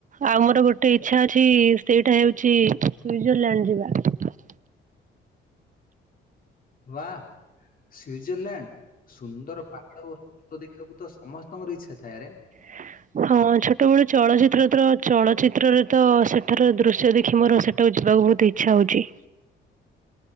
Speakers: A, on the right (about 40°); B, on the left (about 45°).
A: ଆଉ ମୋର ଗୋଟେ ଇଚ୍ଛା ଅଛି ସେଇଟା ହଉଛି ସୁଇଜରଲ୍ୟାଣ୍ଡ। ଯିବା।
B: ବା। ସୁଜରଲ୍ୟାଣ୍ଡ ସୁନ୍ଦର ପାହାଡ ଓ ରକ୍ତ ଦେଖିବାକୁ ତ ସମସ୍ତଙ୍କର ଇଚ୍ଛା ଥାଏ ରେ।
A: <inaudible> ହଁ ଛୋଟବେଳୁ ଚଳଚ୍ଚିତ୍ର ତ ଚଳଚ୍ଚିତ୍ରରେ ତ ସେଠାର ଦୃଶ୍ୟ ଦେଖି ମୋର ସେଟାକୁ ଯିବାକୁ ବହୁତ ଇଚ୍ଛା ହଉଛି।